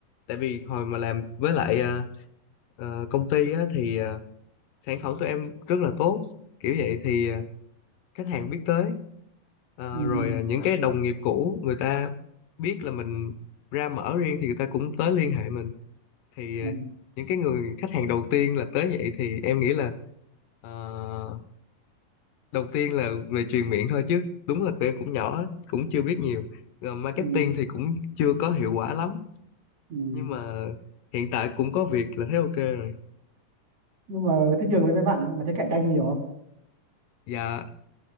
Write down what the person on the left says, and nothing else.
tại vì hồi mà làm với lại ờ, ờ, công ty á, thì ờ, sản phẩm tụi em rất là tốt kiểu vậy thì ờ, khách hàng biết tới Ờ,
rồi ờ, những cái đồng nghiệp cũ người ta biết là mình ra mở riêng thì người ta cũng tới liên hệ mình thì
ờ, những cái người khách hàng đầu tiên là tới vậy thì em nghĩ là ờ, đầu tiên là về truyền miệng thôi chứ đúng là tụi em cũng nhỏ cũng chưa biết nhiều rồi marketing
thì cũng chưa có hiệu quả lắm
nhưng mà hiện tại cũng có việc là thấy ok rồi
dạ